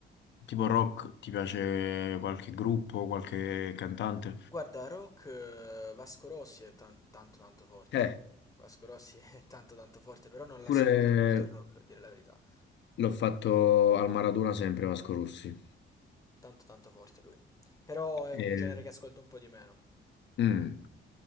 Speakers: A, on the left; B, on the left.
A: tipo rock, ti piace qualche gruppo, qualche cantante?
B: Guarda, rock, eh, Vasco Rossi è tan- tanto tanto forte.
A: Eh,
B: Vasco Rossi <laughs> è tanto tanto forte, però non l'ascolto
A: pure
B: molto il rock, a dire la verità.
A: l'ho fatto al Maradona sempre Vasco Rossi.
B: Tanto tanto forte lui. Però è
A: Eh,
B: un genere che ascolto un po' di meno.
A: mm.